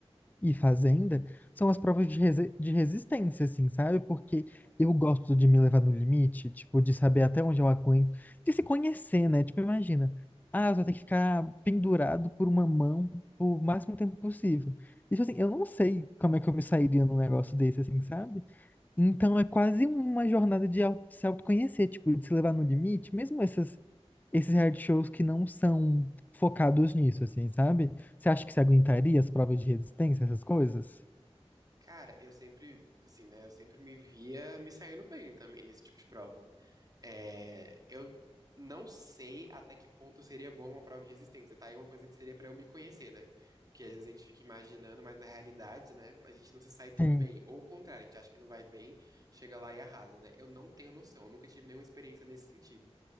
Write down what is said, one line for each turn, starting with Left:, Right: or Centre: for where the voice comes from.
Left: e Fazenda são as provas de, resi- de resistência, assim, sabe? Porque
Right: ah.
Left: eu gosto de me levar no limite, tipo, de saber até onde eu aguento, de se conhecer, né? Tipo, imagina, ah, eu vou ter que ficar pendurado por uma mão o máximo tempo possível. Isso, assim, eu não sei como é que eu me sairia num negócio desse, assim, sabe? Então é quase uma jornada de au- se autoconhecer, tipo, de se levar no limite, mesmo essas esses reality shows que não são focados nisso, assim, sabe? Você acha que você aguentaria as provas de resistência, essas coisas?
Right: Cara, eu sempre, assim, né? Eu sempre me via me saindo bem também nesse tipo de prova. É, eu não sei até que ponto seria bom uma prova de resistência, tá? É uma coisa que seria pra eu me conhecer, né? Porque às vezes a gente fica imaginando, mas na realidade, né, a gente não se sai tão
Left: Sim,
Right: bem. Ou o contrário, a gente acha que não vai bem, chega lá e arrasa, né? Eu não tenho noção, eu nunca tive nenhuma experiência nesse sentido.